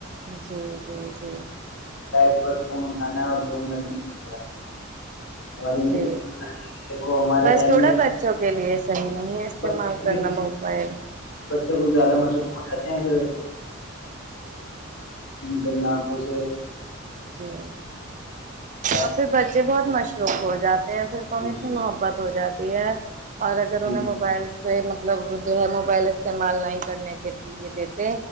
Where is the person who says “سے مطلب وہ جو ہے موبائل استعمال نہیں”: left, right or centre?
Right